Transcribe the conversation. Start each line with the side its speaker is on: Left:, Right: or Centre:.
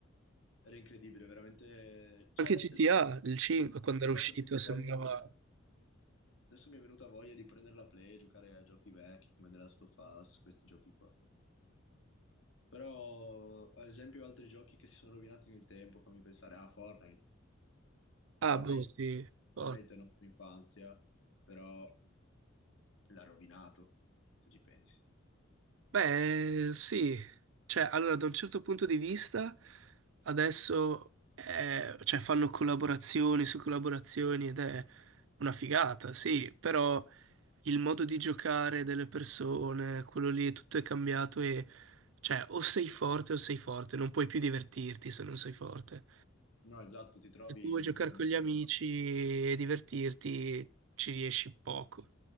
Left: era incredibile, veramente, cioè,
Right: anche GTA,
Left: adesso
Right: il 5, quando
Left: mi ha
Right: era
Left: fatto
Right: uscito,
Left: venire
Right: sembrava...
Left: voglia di Adesso mi è venuta voglia di prendere la Play e giocare a giochi vecchi come The Last of Us, questi giochi qua. Però, ad esempio, altri giochi che si sono rovinati nel tempo, fammi pensare a Fortnite.
Right: Ah,
Left: Fortnite,
Right: boh, sì. oh.
Left: Fortnite è la nostra infanzia, però l'ha rovinato, se ci pensi.
Right: Beh, sì. Cioè, allora, da un certo punto di vista, adesso eh, cioè, fanno collaborazioni su collaborazioni ed è una figata, sì, però... il modo di giocare delle persone, quello lì, tutto è cambiato e cioè o sei forte o sei forte, non puoi più divertirti se non sei forte.
Left: No, esatto, ti trovi
Right: Se tu
Left: il
Right: vuoi giocare
Left: bambino,
Right: con gli amici e divertirti, ci riesci poco.